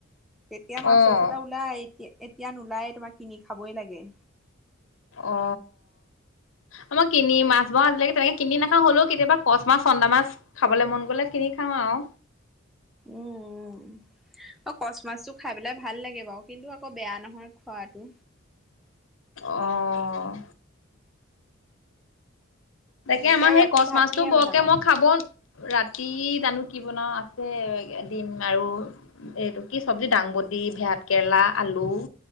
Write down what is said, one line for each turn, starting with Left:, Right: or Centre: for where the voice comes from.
Centre: তেতিয়া মাছ
Left: অ',
Centre: চাছ এটা ওলাই আহ এতিয়া নোলাই তোমাৰ কিনি খাবই লাগে
Left: অ আ মই কিনি মাছ ম আজিলৈকে তেনেকে কিনি নাখাওঁ হ'লেও কেতিয়াবা কচ মাছ চন্দা মাছ খাবলৈ মন গ'লে কিনি খাওঁ আৰু
Centre: উম কচ মাছটো খাই পেলাই ভাল লাগে বাৰু কিন্তু আকৌ বেয়া নহয় খোৱাটো
Left: অঁ তাকে আমাৰ
Centre: এতিয়া
Left: সেই
Centre: ৰাতি
Left: কচ
Centre: ভাত
Left: মাছটো
Centre: কিহে
Left: বৰকে
Centre: বনাবা?
Left: মই খাব, ৰাতি জানো কি বনাওঁ, আছে দিম আৰু এইটো কি চব্জি দাংবডি, ভাত কেৰেলা, আলু।